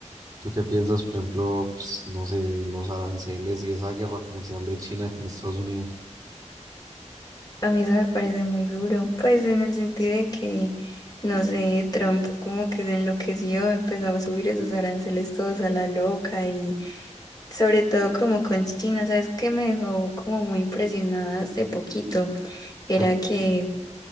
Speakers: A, on the right (about 30°); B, on the left (about 30°).
A: ¿Tú qué piensas, por ejemplo, pues, no sé, de los aranceles y esa guerra comercial de China con Estados Unidos?
B: A mí eso me parece muy duro, pues en el sentido de que, no sé, Trump como que se enloqueció, empezaba a subir esos aranceles todos a la loca Sobre todo como con China, ¿sabes qué me dejó como muy impresionada hace poquito? Era
A: Que,
B: que